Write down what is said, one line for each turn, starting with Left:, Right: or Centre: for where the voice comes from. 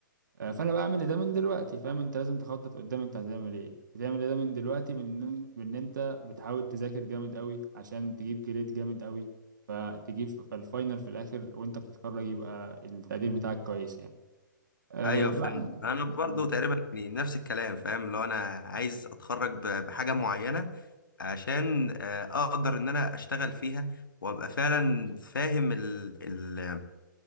Right: آه فانا بعمل ده من دلوقتي فاهم انت لازم تخطط قدام انت هتعمل ايه بتعمل ده من دلوقتي بان بان انت بتحاول تذاكر جامد قوي عشان تجيب جريد جامد قوي فتجيب فالفاينل في الاخر وانت بتتخرج يبقى التقدير بتاعك كويس يعني آه
Left: ايوه
Right: بقى
Left: فهمت انا برضو
Right: آه،
Left: تقريبا يعني نفس الكلام فاهم لو انا عايز اتخرج ب- بحاجة معينة عشان آه، اقدر ان انا اشتغل فيها وابقى فعلا فاهم ال... ال...